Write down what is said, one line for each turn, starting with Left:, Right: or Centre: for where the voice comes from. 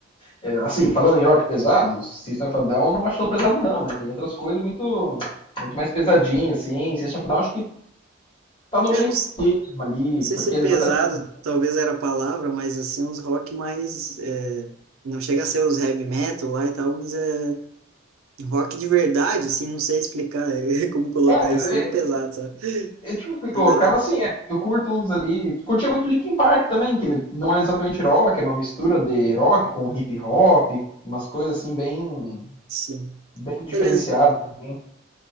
Left: é, assim, falando em rock pesado, System of a Down eu não acho tão pesado não, né? Tem outras coisas muito muito mais pesadinhas, assim. System of a Down acho que tá no meio
Right: É, uns-
Left: termo ali,
Right: não sei
Left: porque
Right: se pesado
Left: eles até têm. um-
Right: talvez era a palavra, mas assim, uns rock mais. é, não chega a ser os heavy metal lá e tal, mas é rock de verdade, assim, não sei explicar <laughs> como colocar
Left: É, mas
Right: isso,
Left: é,
Right: não pesado, sabe?
Left: é tipo, se colocava
Right: Mas dava-
Left: assim, é, eu curto uns ali. Curtia muito Linkin Park também, que não é exatamente rock, é uma mistura de rock com hip hop, umas coisas assim bem,
Right: Sim.
Left: bem diferenciadas
Right: Beleza.
Left: também.